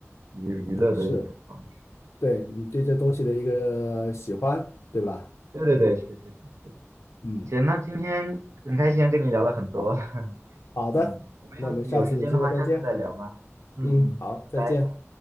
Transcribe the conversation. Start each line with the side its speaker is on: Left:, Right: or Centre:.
Right: 娱娱乐的一种方式。
Left: 是，对你对这东西的一个喜欢，对吧？
Right: 对对对，是是是，
Left: 嗯，
Right: 行，那今天很开心跟你聊了很多，<laughs>
Left: 好的，
Right: 嗯，我们要是有时间的话，
Left: 那我们下次有机会再见。
Right: 下次再聊吧。嗯嗯，
Left: 嗯，好，
Right: 拜拜。
Left: 再见。